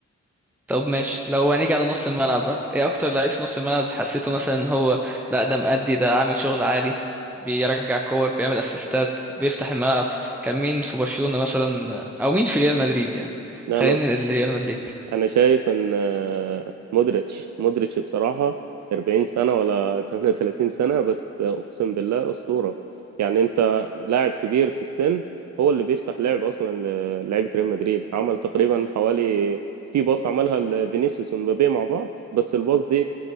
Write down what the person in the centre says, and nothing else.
طب ماشي لو هنيجي على نص الملعب بقى ايه اكتر لعيب في نص الملعب حسيته مثلا ان هو لا ده مأدي ده عامل شغل عالي بيرجع كور بيعمل اسيستات بيفتح الملعب كان مين في برشلونة مثلا او مين في ريال مدريد يعني
خلينا
الريال مدريد